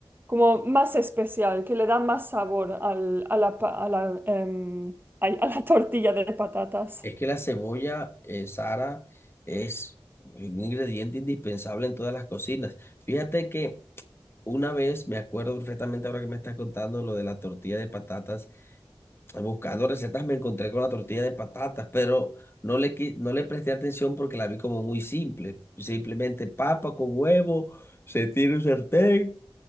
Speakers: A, on the right; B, on the left.
A: como más especial, que le da más sabor al- a la, pa- a la, em, ay, a la <laughs> tortilla de patatas.
B: Es que la cebolla, eh, Sara, es un ingrediente indispensable en todas las cocinas. Fíjate que Una vez, me acuerdo perfectamente ahora que me estás contando lo de la tortilla de patatas. Buscando recetas me encontré con la tortilla de patatas, pero no le, qui- no le presté atención porque la vi como muy simple. Simplemente papa con huevo, se tira un sartén,